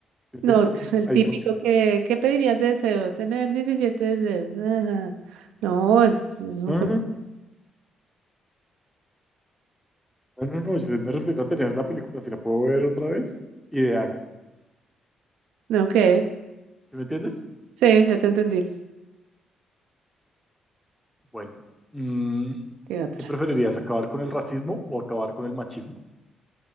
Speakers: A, in the centre; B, on the right.
A: ¿Me entiendes?
B: No, t- el
A: Hay
B: típico
A: un condicional.
B: que, ¿qué pedirías de deseo? Tener 17 deseos. Ajá. No, es, es un
A: No,
B: solo.
A: no, no, No, no, no, yo me refiero a tener la película, si la puedo ver otra vez, ideal.
B: No, ¿qué?
A: ¿Sí ¿Me entiendes?
B: Sí, ya te entendí.
A: Bueno, mm,
B: ¿Qué otra?
A: ¿qué preferirías, acabar con el racismo o acabar con el machismo?